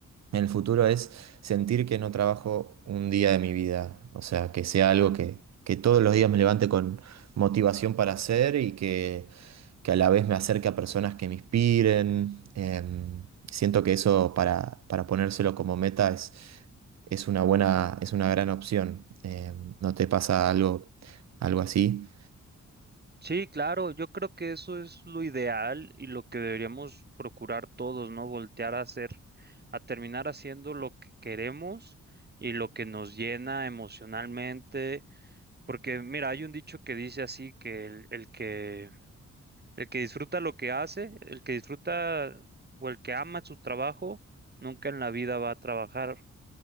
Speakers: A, on the right; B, on the right.
A: En el futuro es sentir que no trabajo un día de mi vida, o sea, que sea algo que, que todos los días me levante con motivación para hacer y que que a la vez me acerque a personas que me inspiren. Em, siento que eso para, para ponérselo como meta es, es una buena, es una gran opción. Em, ¿no te pasa algo, algo así?
B: Sí, claro, yo creo que eso es lo ideal y lo que deberíamos procurar todos, ¿no? Voltear a hacer, a terminar haciendo lo que queremos y lo que nos llena emocionalmente. Porque, mira, hay un dicho que dice así que el el que El que disfruta lo que hace, el que disfruta o el que ama su trabajo, nunca en la vida va a trabajar.